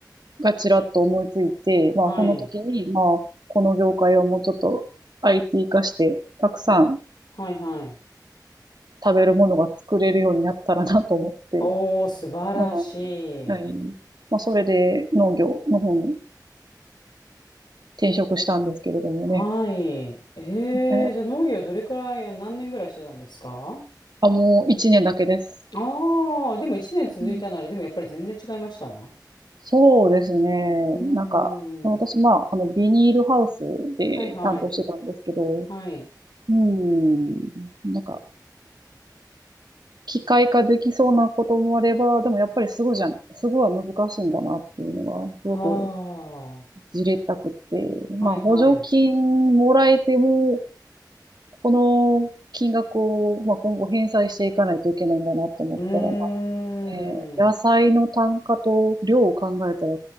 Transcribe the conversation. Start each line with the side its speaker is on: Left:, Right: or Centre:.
Right: がちらっと思いついて、まあ、
Left: はい。
Right: その時に、まあ、この業界はもうちょっと IT 化して、たくさん
Left: は、はいはい。
Right: 食べるものが作れるようになったらなと思って、
Left: おー、素晴らし
Right: まあ、はい。
Left: い。
Right: まあ、それで農業の方に転職したんですけれどもね。
Left: はい。えー、
Right: え
Left: じゃあ農業どれくらい、あ何年ぐらいしてたんですか
Right: あ、もう一年だけです。
Left: ああー、でも一年続いたなら、
Right: うん
Left: でもやっぱり全然違いましたう
Right: そうですね。
Left: ーん。
Right: なんか、私、まあ、あの、ビニールハウスで担当してたんですけど、
Left: はいはい。はい。
Right: うん。なんか、機械化できそうなこともあれば、でもやっぱりすごいじゃん、すごいは難しいんだなっていうのが、すごく
Left: はあ。
Right: じれったくって。
Left: はいはい。
Right: まあ、補助金もらえても、この金額を、まあ、今後返済していかないといけないんだなと思ったら、
Left: うーん。
Right: まあね、野菜の単価と量を考えたら、